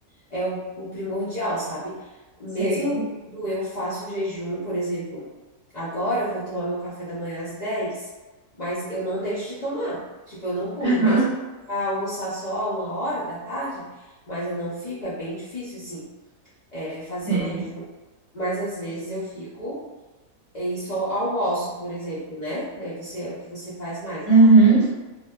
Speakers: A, on the left; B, on the right.
A: é o, o primordial, sabe? Mesmo
B: Sei.
A: quando eu faço jejum, por exemplo, agora eu vou tomar meu café da manhã às 10, mas eu não deixo de tomar. Tipo, eu não pulo,
B: <laughs> Aham,
A: mesmo pra almoçar só uma hora da tarde, mas eu não fico, é bem difícil, assim, é, fazer
B: Sei.
A: o jejum. Mas às vezes eu fico e só almoço, por exemplo, né? Daí você, o que você faz mais.
B: Uhum.